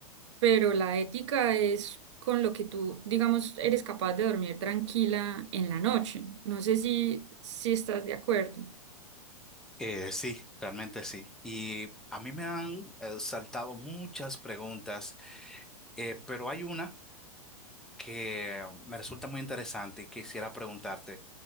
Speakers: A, on the right; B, in the centre.
A: pero la ética es con lo que tú, digamos, eres capaz de dormir tranquila en la noche. No sé si, si estás de acuerdo.
B: Eh, sí, realmente sí. Y a mí me han eh, saltado muchas preguntas, eh, pero hay una que me resulta muy interesante y quisiera preguntarte,